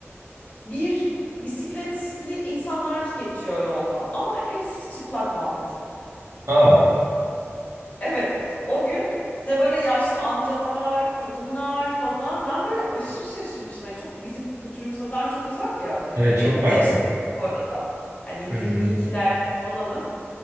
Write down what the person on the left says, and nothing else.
bir bisikletli insanlar geçiyor yoldan. Ama hepsi çıplak Muhammed.
Evet, o gün de böyle yaşlı amcalar, kadınlar falan ben böyle aşırı şaşırmıştım. Yani çok bizim kültürümüzden çok uzak ya.
Benim
de yaşım bu arada. Hani 22'lerde
falanım.